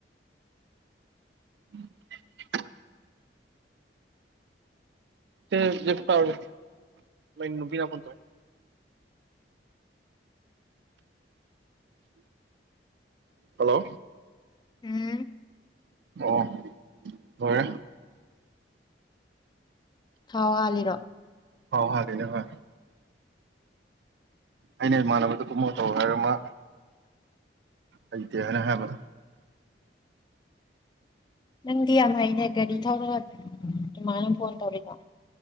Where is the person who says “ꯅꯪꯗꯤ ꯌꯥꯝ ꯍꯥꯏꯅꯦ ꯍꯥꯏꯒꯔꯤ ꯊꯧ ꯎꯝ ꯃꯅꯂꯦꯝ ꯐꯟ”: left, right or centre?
Left